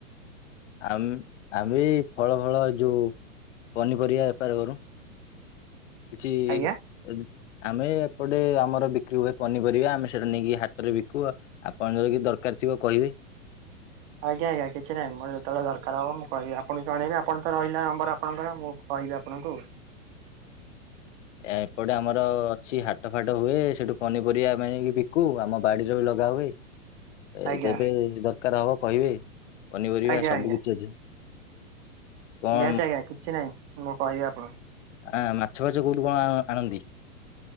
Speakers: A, on the left; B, on the right.
A: ଆମ ଆମେ ଫଳ ଫଳ ଯୋଉ ପନିପରିବା ବେପାର କରୁ। କିଛି
B: ଆଜ୍ଞା
A: ଆମେ ଏପଟେ ଆମର ବିକ୍ରି ହୁଏ ପନିପରିବା, ଆମେ ସେଟା ନେଇକି ହାଟରେ ବିକୁ ଆଉ ଆପଣ ଯଦି କିଛି ଦରକାର ଥିବ କହିବେ।
B: ଆଜ୍ଞା ଆଜ୍ଞା କିଛି ନାହିଁ ମୋର ଯେତେବେଳେ ଦରକାର ହବ ମୁଁ କହିବି ଆପଣଙ୍କୁ ଜଣେଇବି ଆପଣ ତ ରହିଲା ନମ୍ବର ଆପଣଙ୍କର ମୁଁ କହିବି ଆପଣଙ୍କୁ ଆଉ
A: ଏପଟେ ଆମର ଅଛି ହାଟ ଫାଟ ହୁଏ ସେଠୁ ପନିପରିବା ଆଣିକି ବିକ କୁ। ଆମ ବାଡିରେ ବି ଲଗା ହୁଏ। ଏ
B: ଆଜ୍ଞା
A: ଯେବେ ଦରକାର ହବ କହିବେ ପନିପରିବା
B: ଆଜ୍ଞା
A: ସବୁ
B: ଆଜ୍ଞା
A: କିଛି ଅଛି। କଣ
B: ନିହାତି ଆଜ୍ଞା କିଛି ନାହିଁ, ମୁଁ କହିବି ଆପଣଙ୍କୁ।
A: ଆ ମାଛ ଫାଛ କୋଉଠି କଣ ଆଣନ୍ତି?